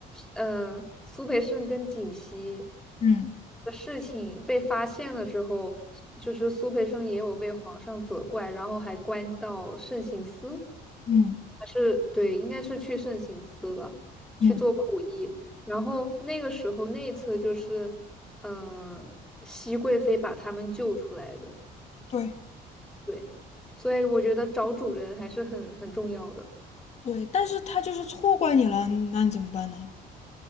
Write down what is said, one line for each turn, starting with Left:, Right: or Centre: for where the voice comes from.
Centre: 嗯、呃苏培盛跟槿汐
Left: 嗯
Centre: 的事情被发现了之后，就是苏培盛也有被皇上责怪，然后还关到慎刑司。
Left: 嗯
Centre: 还是对，应该是去圣心司了，去做苦役。
Left: 嗯，
Centre: 然后那个时候那一次就是，嗯、熹贵妃把他们救出来的。
Left: 对
Centre: 对，所以我觉得找主人还是很很重要的。
Left: 对，但是他就是错怪你了，那你怎么办呢？